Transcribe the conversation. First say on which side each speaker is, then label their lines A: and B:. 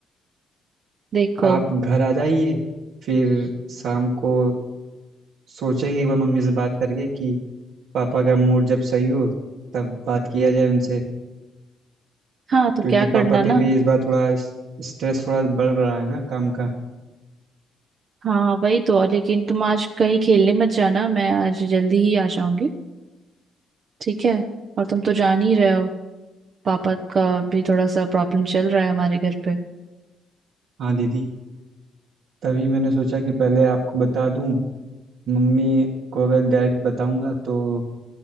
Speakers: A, on the right; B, on the right.
A: देखो
B: आप घर आ जाइए फिर शाम को सोचेंगे एक बार मम्मी से बात करके कि पापा का मूड जब सही हो तब बात किया जाए उनसे
A: हाँ तो
B: क्योंकि
A: क्या
B: पापा
A: करना ना
B: पे भी इस बार थोड़ा स्ट्रेस थोड़ा बढ़ रहा है ना काम का
A: हाँ वही तो और लेकिन तुम आज कहीं खेलने मत जाना मैं आज जल्दी ही आ जाऊंगी ठीक है और तुम तो जान ही रहे हो पापा का भी थोड़ा सा प्रॉब्लम चल रहा है हमारे घर पे
B: हाँ दीदी तभी मैंने सोचा कि पहले आपको बता दूं मम्मी को अगर डायरेक्ट बताऊंगा तो